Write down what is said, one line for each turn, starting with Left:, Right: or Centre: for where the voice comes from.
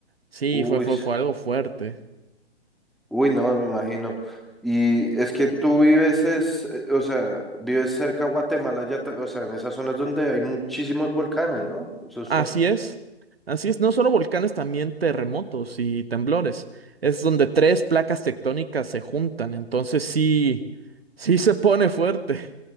Right: sí,
Centre: Uy.
Right: fue, fue, fue algo fuerte.
Centre: Uy, no, me imagino. Y es que tú vives, es, eh, o sea, vives cerca a Guatemala, ya, ta- o sea, en esas zonas donde hay muchísimos volcanes, ¿no? Eso es
Right: Así
Centre: fa-
Right: es, así es, no solo volcanes, también terremotos y temblores. Es donde tres placas tectónicas se juntan, entonces sí, sí se pone fuerte. <laughs>